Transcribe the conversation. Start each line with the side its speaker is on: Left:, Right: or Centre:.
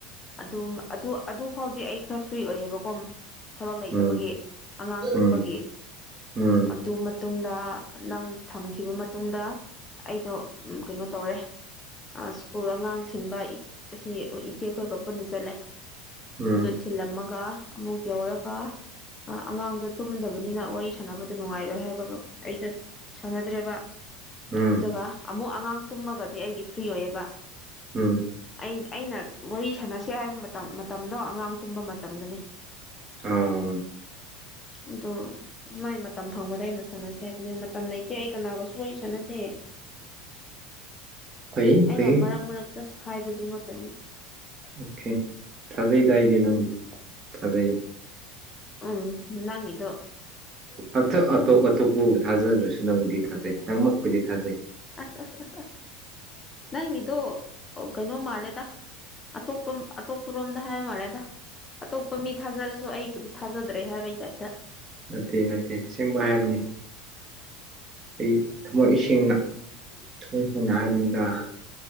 Left: ꯑꯗꯨꯝ ꯑꯗꯨ ꯑꯗꯨ ꯐꯥꯎꯗꯤ ꯑꯩ ꯈꯔ ꯐ꯭ꯔꯤ ꯑꯣꯏꯌꯦꯕꯀꯣ ꯊꯕꯛ ꯂꯩꯇꯕꯒꯤ
Right: ꯎꯝ
Left: ꯑꯉꯥꯡ
Right: ꯎꯝ
Left: ꯇꯨꯝꯕꯒꯤ
Right: ꯎꯝ
Left: ꯑꯗꯨ ꯃꯇꯨꯡꯗ ꯅꯪ ꯊꯝꯈꯤꯕ ꯃꯇꯨꯡꯗ ꯑꯩꯗꯣ ꯀꯩꯅꯣ ꯇꯧꯔꯦ ꯁ꯭ꯀꯨꯜ ꯑꯉꯥꯡ ꯊꯤꯟꯕ ꯑꯁꯤ ꯏꯆꯦ ꯑꯩꯈꯣꯏꯒ ꯄꯨꯟꯅ ꯆꯠꯂꯦ
Right: ꯎꯝ
Left: ꯑꯗꯨ ꯊꯤꯜꯂꯝꯃꯒ ꯑꯃꯨꯛ ꯌꯧꯔꯒ ꯑ ꯑꯉꯥꯡꯗꯣ ꯇꯨꯝꯗꯕꯅꯤꯅ ꯋꯥꯔꯤ ꯁꯥꯟꯅꯕꯗ ꯅꯨꯡꯉꯥꯏꯔꯣꯏ ꯍꯥꯏꯕ꯭ꯔ ꯑꯩꯗꯣ ꯁꯥꯟꯅꯗ꯭ꯔꯦꯕ
Right: ꯎꯝ
Left: ꯑꯗꯨꯒ ꯑꯃꯨꯛ ꯑꯉꯥꯡ ꯇꯨꯝꯃꯒꯗꯤ ꯑꯩꯗꯤ ꯐ꯭ꯔꯤ ꯑꯣꯏꯌꯦꯕ
Right: ꯎꯝ
Left: ꯑꯩ ꯑꯩꯅ ꯋꯥꯔꯤ ꯁꯥꯟꯅꯁꯦ ꯍꯥꯏꯕ ꯃꯇꯝ ꯃꯇꯝꯗꯣ ꯑꯉꯥꯡ ꯇꯨꯝꯕ ꯃꯇꯝꯗꯅꯦ
Right: ꯑꯣ
Left: ꯑꯗꯣ ꯑꯗꯨ ꯃꯥꯏ ꯃꯇꯝ ꯐꯪꯕꯗ ꯑꯩꯅ ꯁꯥꯟꯅꯁꯦ ꯍꯥꯏꯕꯅꯤ ꯃꯇꯝ ꯂꯩꯇꯦ ꯑꯩ ꯀꯅꯥꯒꯁꯨ ꯋꯥꯔꯤ ꯁꯥꯟꯅꯗꯦ
Right: ꯐꯩ
Left: ꯑꯩꯅ
Right: ꯐꯩ
Left: ꯃꯔꯛ ꯃꯔꯛꯇ ꯍꯥꯏꯕꯗꯨ ꯉꯥꯛꯇꯅꯤ
Right: ꯑꯣꯀꯦ ꯊꯖꯩꯇꯥ ꯑꯩꯗꯤ ꯅꯪꯕꯨ ꯊꯖꯩ
Left: ꯎꯝ ꯅꯪꯒꯤꯗꯣ
Right: ꯑꯇꯣꯞ ꯑꯇꯣꯞꯄ ꯊꯥꯖꯗ꯭ꯔꯁꯨ ꯅꯪꯕꯨꯗꯤ ꯊꯥꯖꯩ ꯅꯪꯃꯛꯄꯨꯗꯤ ꯊꯥꯖꯩ
Left: ꯑꯁ ꯑꯁ ꯑꯁ ꯑꯁ ꯅꯪꯒꯤꯗꯣ ꯀꯩꯅꯣ ꯃꯥꯜꯂꯦꯗ ꯑꯇꯣꯞꯄ ꯑꯇꯣꯞꯄꯔꯣꯝꯗ ꯍꯥꯏ ꯃꯥꯜꯂꯦꯗ ꯑꯇꯣꯞꯄ ꯃꯤ ꯊꯥꯖꯔꯁꯨ ꯑꯩꯕꯨꯗꯤ ꯊꯥꯖꯗ꯭ꯔꯦ ꯍꯥꯏꯕꯒꯤ ꯇꯥꯏꯞꯇ
Right: ꯅꯠꯇꯦ ꯅꯠꯇꯦ ꯑꯁꯦꯡꯕ ꯍꯥꯏꯕꯅꯤ ꯑꯩ ꯊꯃꯣꯏ ꯁꯦꯡꯅ ꯊꯃꯣꯏ ꯁꯦꯡꯅ ꯍꯥꯏꯕꯅꯤꯗ